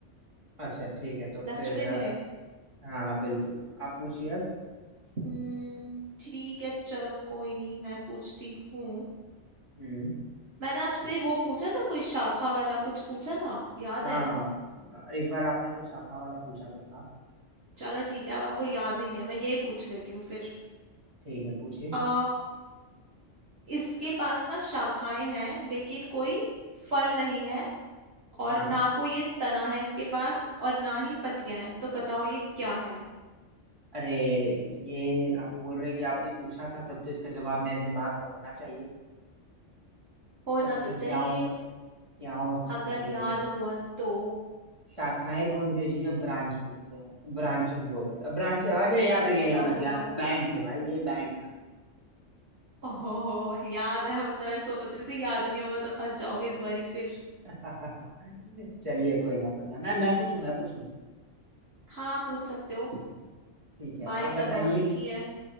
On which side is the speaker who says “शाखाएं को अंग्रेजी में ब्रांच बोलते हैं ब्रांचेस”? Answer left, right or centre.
Right